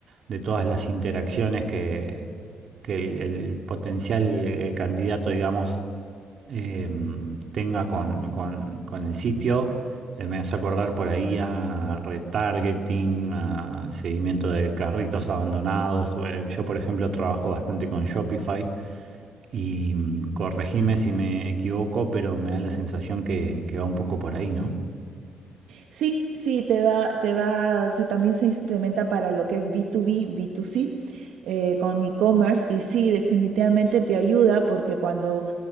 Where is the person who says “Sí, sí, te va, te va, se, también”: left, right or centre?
Right